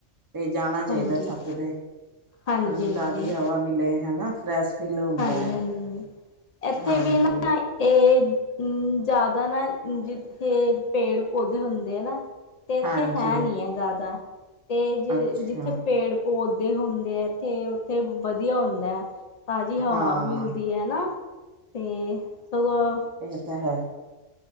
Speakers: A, on the right; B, on the left.
A: ਤੇ ਜਾਣਾ ਚਾਈਦਾ
B: ਹਾਂਜੀ
A: ਛੱਤ ਤੇ
B: ਹਾਂਜੀ
A: ਬੰਦੇ ਨੂੰ
B: ਹਾਂਜੀ
A: ਤਾਜ਼ੀ ਹਵਾ ਮਿਲੇ ਹਨਾ ਫਰੈਸ਼। ਫੀਲ ਹੁੰਦਾ
B: ਹਾਂਜੀ-ਹਾਂਜੀ
A: ਐ।
B: ਏਥੇ
A: ਹਾਂਜੀ,
B: ਵੀ ਨਾ ਏ ਜਾਦਾ ਨਾ ਜਿੱਥੇ ਪੇੜ-ਪੌਦੇ ਹੁੰਦੇ ਆ ਨਾ ਤੇ ਏਥੇ
A: ਹਾਂਜੀ,
B: ਹੈ ਨੀ ਐ ਜਾਦਾ ਤੇ ਜ
A: ਅੱਛਾ
B: ਜਿੱਥੇ ਪੇੜ ਪੌਦੇ ਹੁੰਦੇ ਐ ਤੇ ਉੱਥੇ ਵਧੀਆ ਹੁੰਦੈ। ਤਾਜ਼ੀ ਹਵਾ
A: ਹਾਂ।
B: ਮਿਲਦੀ ਐ ਨਾ ਤੇ ਸਗੋਂ
A: ਏ ਤਾਂ ਹੈ।